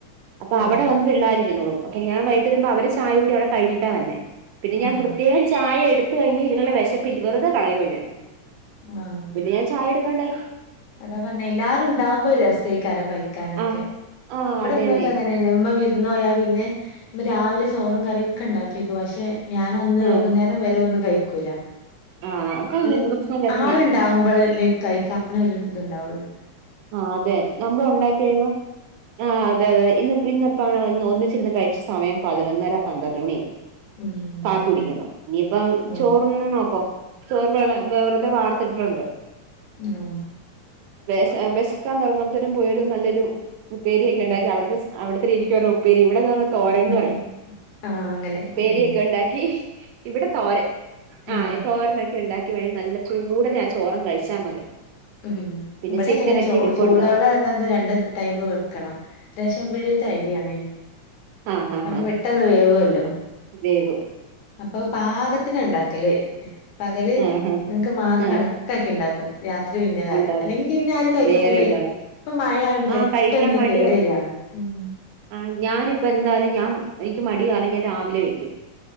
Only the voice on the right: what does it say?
അപ്പൊ
അവിടെ വന്ന് പിള്ളേരിരുന്നോളൂ ഞാൻ വൈകട്ട് വരുമ്പോ അവരെ ചായ കൂടി അവിടെ കിഞ്ഞിട്ടാ വരുന്നേ പിന്നെ
ഞാൻൻ പ്രത്യേകം ചായ എടു ത്ത് കഴിഞ് ഇതിനുള്ള വിശപ്പില്ല വെുത കളയുവാ ഞാൻ
പിന്നെ ഞാൻ ചായ എടുക്കണ്ടായി
ആ ആ
അതേന്നെ
ആ
ആ അതാണ്
പ്രശ്നം വരുന്നേ
ആഹ് അതെ നമ്മൾ ഉണ്ടാക്കി കഴിഴുമ്പം ആഹ് അതെ അതെ ഇന്ന് പിന്നെ ഒന്നിച്ചിരുന്ന് കഴിച്ച സമയം പതിനൊന്നര പന്ത്രണ്ട് മണിയായി
കാപ്പി
കുടിക്കുന്നു ഇനിയിപ്പം
ചോറി നോപ്പ ചോറ് വെ വെറുതെ വാർത്ത ത്തിട്ടുണ്ട്
ശ വിശക്കാൻ തുറങ്ങുമ്പത്തനും പോയരു നല്ലൊരു ഉപേരിയൊക്കെ
ഉണ്ടാക്കി അവിടുത്തെ അവിടത്തെ രീതിക്ക് പറഞ്ഞ ഉപ്പേരി ഇവിടെന്ന് പറഞ്ഞ തോരൻ എന്ന്
പറയും
പേരിയൊക്കെ
ഉണ്ടാക്കി ഇവിടെ തോരൻ
ആഹ
തോരനൊക്കെ ണ്ടാക്കി വേണൽ നല്ല ചൂടനെ ആഹ് ചോറം കഴിച്ചാൽ മതി
പിന്നെ
ചിക്കനൊക്കെ
ഇരിപ്പുണ്ട്
ആ ആഹ്
വേവും
ആഹ്
ആഹ് ആഹ്
ഉണ്ടാക്കും
വേറെ ഉണ്ടാക്കും
ആഹ് കഴിക്കാൻ മടിയാ
ആഹ് ഞാനിപ്പ എന്തായാലും ഞാൻ എനിക്ക് മടി കാരണം ഞാൻ രാവിലെ വെക്കും